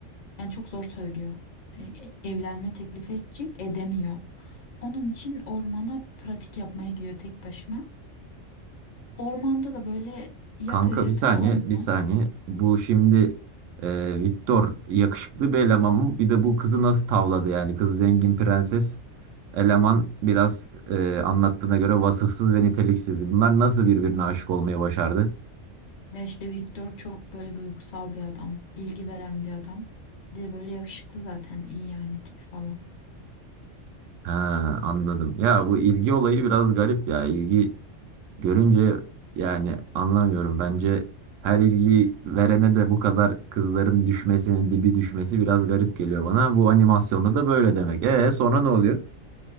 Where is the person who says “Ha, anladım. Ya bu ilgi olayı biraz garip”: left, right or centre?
Right